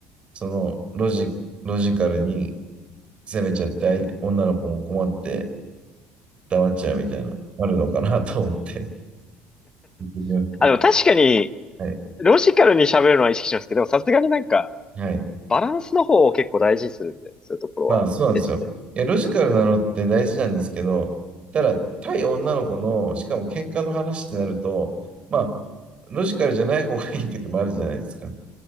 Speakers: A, on the right; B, on the left.
A: その、ロジ、ロジカルに攻めちゃって、相手女の子も困って、黙っちゃうみたいな、あるのかなと思って。聞いてみました
B: あ、でも確かに、
A: はい。
B: ロジカルに喋るのは意識しますけど、でもさすがになんか、
A: はい。
B: バランスの方を結構大事にするんで、そういうところは別で。
A: まあ、そうなんですよ。いや、ロジカルなのって大事なんですけど、ただ、対女の子の、しかも喧嘩の話ってなると、まあ、ロジカルじゃない方がいい時もあるじゃないですか。